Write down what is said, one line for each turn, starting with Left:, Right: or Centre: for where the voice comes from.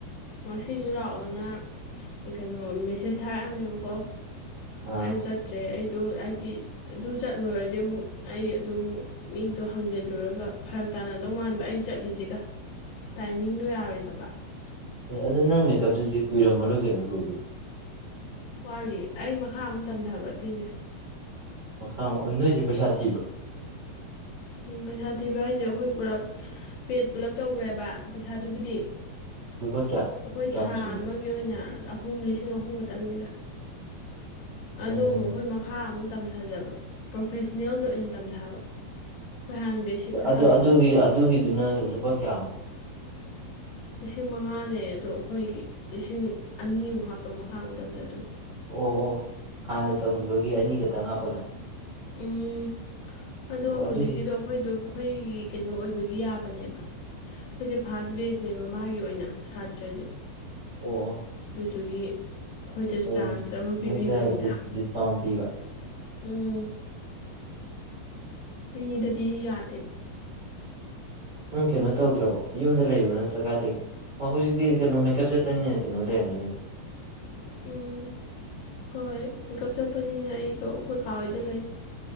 Left: ꯉꯁꯤꯁꯨ ꯂꯥꯛꯑꯣꯅ ꯀꯩꯅꯣ ꯃꯦꯁꯦꯁ ꯊꯥꯔꯛꯑꯝꯃꯦꯕꯀꯣ
Right: ꯑꯥ
Left: ꯑꯩꯁꯨ ꯆꯠꯇ꯭ꯔꯦ ꯑꯩ ꯑꯗꯨ ꯍꯥꯏꯗꯤ ꯑꯗꯨ ꯆꯠꯂꯨꯔꯗꯤ ꯑꯃꯨꯛ ꯑꯩ ꯑꯗꯨ ꯑꯃꯨꯛ ꯃꯤꯗꯣ ꯍꯥꯡꯖꯜꯂꯨꯔꯒ ꯐꯔꯛ ꯇꯥꯟꯅꯗꯧ ꯃꯥꯟꯕ ꯑꯩꯅ ꯆꯠꯂꯤꯁꯤꯒ ꯇꯥꯏꯃꯤꯡꯗꯣ ꯌꯥꯔꯣꯏꯗꯕ
Right: ꯑꯦ ꯑꯗꯣ ꯅꯪ ꯃꯦꯀꯞꯇꯨꯗꯤ
Left: ꯑꯗꯨꯗꯤ
Right: ꯀꯨꯏꯔꯝꯃꯔꯣꯏ ꯀꯩꯅꯣ ꯂꯣꯏꯗꯣꯏꯧꯕ
Left: ꯋꯥꯂꯤ ꯑꯩ ꯃꯈꯥ ꯑꯃꯨꯛ ꯇꯝꯊꯕ ꯑꯗꯨꯏꯅꯦ
Right: ꯃꯈꯥ ꯑꯣꯟ ꯅꯣꯏꯁꯦ ꯄꯩꯁꯥ ꯊꯤꯕ꯭ꯔ
Left: ꯎꯝ ꯄꯩꯁꯥ ꯊꯤꯕ ꯍꯥꯏꯁꯦ ꯑꯩꯈꯣꯏ ꯄꯨꯂꯞ ꯄꯦꯠ ꯄꯨꯂꯞ ꯇꯧꯈ꯭ꯔꯦꯕ ꯄꯩꯁꯥꯗꯨꯕꯨꯗꯤ
Right: ꯂꯨꯄꯥ ꯀꯌꯥ
Left: ꯑꯩꯈꯣꯏ
Right: ꯀꯌꯥꯃꯨꯛ
Left: ꯊꯥ
Right: ꯆꯪꯒꯦ
Left: ꯑꯃꯒꯤ ꯑꯣꯏꯅ ꯑꯍꯨꯝ ꯂꯤꯁꯤꯡ ꯑꯍꯨꯝ ꯈꯛꯇꯪꯅꯤꯗ ꯑꯗꯣ
Right: ꯎꯝ
Left: ꯃꯈꯣꯏ ꯃꯈꯥ ꯑꯃꯨꯛ ꯇꯝꯊꯖꯕ ꯄ꯭ꯔꯣꯐꯦꯁꯅꯦꯜꯗ ꯑꯣꯏꯅ ꯇꯝꯊꯕ ꯑꯩꯈꯣꯏ ꯍꯥꯟꯅ ꯕꯦꯁꯤꯛꯇ
Right: ꯑꯣꯒꯤ
Left: ꯇꯝꯃꯨꯕ
Right: ꯑꯗꯨꯒꯤꯗꯨꯅ ꯂꯨꯄꯥ ꯀꯌꯥꯃꯨꯛ
Left: ꯂꯤꯁꯤꯡ ꯃꯉꯥꯅꯦ ꯑꯗꯣ ꯑꯩꯈꯣꯏꯒꯤ ꯂꯤꯁꯤꯡ ꯑꯅꯤꯃꯨꯛ ꯍꯥꯞꯄ ꯃꯈꯥ ꯃꯇꯝꯗ
Right: ꯑꯣ ꯑꯣ ꯍꯥꯟꯅ ꯇꯝꯈꯤꯕꯒꯤ ꯑꯅꯤ ꯈꯛꯇꯪ ꯍꯥꯞꯄꯒ
Left: ꯎꯝ ꯑꯗꯣ
Right: ꯑꯣ ꯑꯗꯨꯗꯤ
Left: ꯍꯧꯖꯤꯛꯀꯤꯗꯣ ꯑꯩꯈꯣꯏꯗꯣ ꯑꯩꯈꯣꯏꯒꯤ ꯀꯩꯅꯣ ꯑꯣꯏꯕꯒꯤ ꯌꯥꯕ ꯅꯦꯕ ꯑꯩꯈꯣꯏꯁꯦ ꯐꯔꯥꯁ ꯕꯦꯁꯅꯦꯕ ꯃꯥꯒꯤ ꯑꯣꯏꯅ ꯁꯥꯇ꯭ꯔꯁꯦ
Right: ꯑꯣ ꯑꯣ
Left: ꯇꯨ ꯆꯨꯒꯤ ꯑꯩꯈꯣꯏꯗ
Right: ꯍꯣꯏ
Left: ꯆꯥꯟꯁ
Right: ꯍꯣꯏ
Left: ꯑꯃ ꯄꯤꯕꯤꯕꯅꯤꯗ
Right: ꯅꯣꯏꯗ ꯗꯤꯁ ꯗꯤꯁꯀꯥꯎꯟ ꯄꯤꯕ
Left: ꯎꯝ ꯃꯤꯗꯗꯤ ꯌꯥꯗꯦꯕ
Right: ꯅꯪ ꯀꯩꯅꯣ ꯇꯧꯗ꯭ꯔꯕꯣ ꯌꯨꯝꯗ ꯂꯩꯔꯣ ꯅꯠꯇ꯭ꯔꯥ ꯀꯥꯏ ꯂꯩꯒꯦ ꯍꯧꯖꯤꯛꯇꯤ ꯀꯩꯅꯣ ꯃꯦꯀꯞ ꯁꯦꯠꯄꯅꯤꯅ ꯀꯩꯅꯣ ꯂꯩꯔ ꯒꯅꯤꯗ
Left: ꯎꯝ ꯍꯣꯏ ꯏꯪꯀꯞ ꯆꯞꯄꯅꯤꯅ ꯑꯩꯗꯣ ꯑꯩꯈꯣꯏ ꯀꯥ ꯍꯣꯏꯗ ꯂꯩ